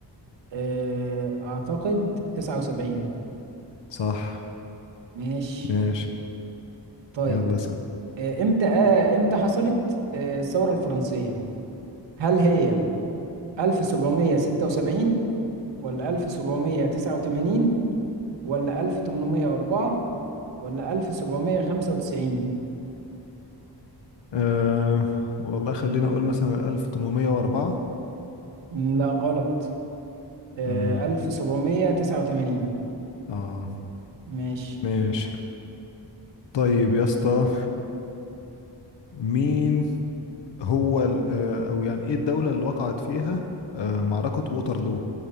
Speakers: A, on the right; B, on the left.
A: آه، اعتقد 79
B: صح
A: ماشي
B: ماشي
A: طيب
B: يلا اسأل
A: آه، امتى آه، امتى حصلت آه، الثورة الفرنسية هل هي 1776 ولا 1789 ولا 1804 ولا 1795
B: أه والله خلينا أقول مثلا 1804
A: مم، لا غلط آه
B: امم
A: ألف سبعمية تسعة وتمانين
B: اه
A: ماشي
B: ماشي طيب يا اسطى مين هو ال- آه، او يعني ايه الدولة اللي وقعت فيها آه، معركة ووترلو